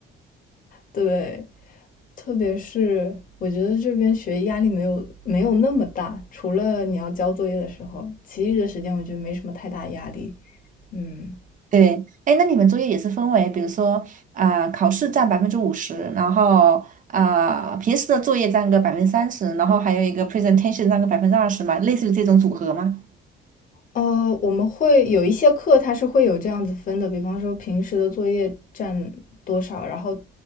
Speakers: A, on the left; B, on the right.
A: 对，特别是我觉得这边学压力没有没有那么大，除了你要交作业的时候，其余的时间我觉得没什么太大压力。嗯，
B: 对，哎，那你们作业也是分为，比如说啊、考试占百分之五十，然后啊、平时的作业占个百分之三十，然后还有一个 presentation 占个百分之二十嘛，类似于这种组合吗？
A: 呃，我们会有一些课，它是会有这样子分的，比方说平时的作业占多少，然后